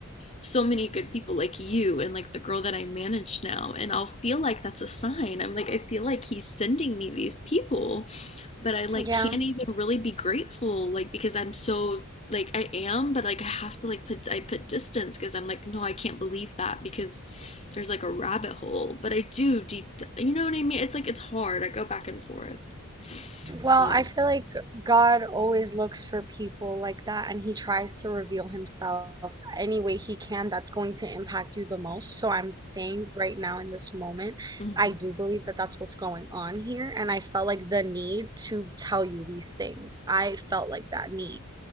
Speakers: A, on the left (about 30°); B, on the right (about 20°).
A: so many good people like you and like the girl that I manage now. And I'll feel like that's a sign. I'm like, I feel like he's sending me these people, but I like
B: Yeah.
A: can't even really be grateful, like, because I'm so like I am, but like I have to like put I put distance because I'm like, no, I can't believe that because there's like a rabbit hole. But I do deep, you know what I mean? It's like it's hard. I go back and forth.
B: Well,
A: So,
B: I feel like God always looks for people like that and he tries to reveal himself any way he can that's going to impact you the most. So I'm saying right now in this moment,
A: mhm.
B: I do believe that that's what's going on here. And I felt like the need to tell you these things. I felt like that need,